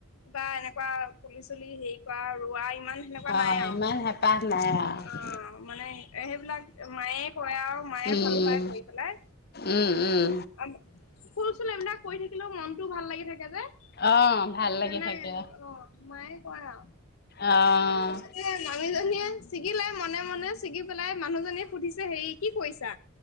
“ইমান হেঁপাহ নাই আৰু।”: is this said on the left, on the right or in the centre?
Left